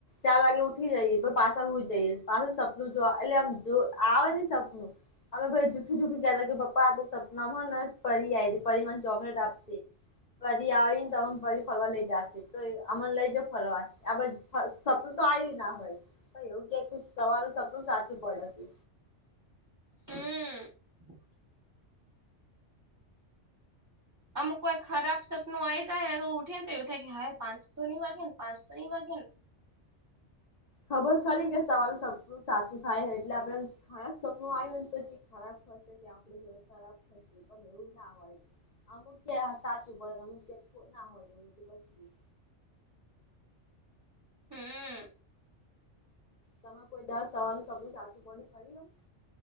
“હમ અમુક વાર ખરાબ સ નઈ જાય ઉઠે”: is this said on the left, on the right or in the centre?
Right